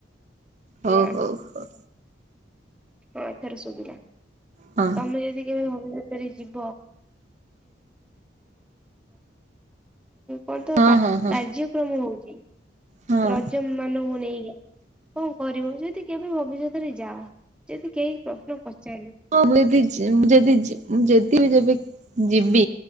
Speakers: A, on the right; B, in the centre.
A: ହଉ
B: ନା
A: ହଉ ହ
B: ହଁ ଏଥର ସୁଭିିଲା
A: ହଁ
B: ତମେ ଯଦି କେବେ ଭାବୁଛ। <unintelligible> କଣ ତ
A: ହଁ ହଁ ହଁ
B: କାର୍ଯ୍ୟକ୍ରମ ହଉଛି। <unintelligible>
A: ହଁ।
B: ରଜନ୍ ମାନଙ୍କୁ ନେଇକି କଣ କରିବ, ଯଦି କେବେ ଭବିଷ୍ୟତରେ ଯାଅ ଯଦି କେହି ପ୍ରଶ୍ନ ପଚାରିଲେ
A: ହଁ, ଯଦି ଯେ ଯଦି ଯେ ଯଦି ବି ଯେବେ ଯିବି।